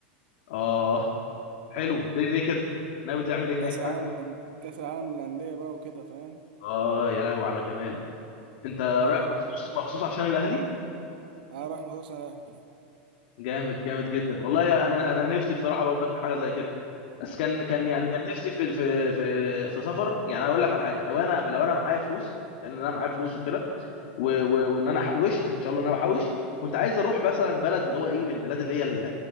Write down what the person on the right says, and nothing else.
كأس
العالم
للأن- كأس العالم للأندية بقى وكده فاهم
اه
طب
اه راح مخصوص على أهلي
آه.